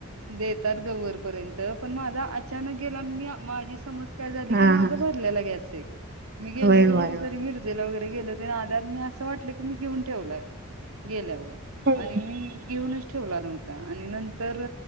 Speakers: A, on the right; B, on the right.
A: देतात गं वरपर्यंत पण माझा अचानक गेला. मी माझी समज काय झाली
B: हा
A: की, माझा
B: हा
A: भरलेला गॅस ये मी गेले
B: होय
A: होते
B: होय
A: कुठ
B: होय.
A: तरी मिरजेला वगै <unintelligible> आल्यावर मी अस वाटलं, की मी घेऊन ठेवलाय गेल्यावर.
B: हम्म
A: आणि मी घेऊनच ठेवला नव्हता, आणि नंतर र...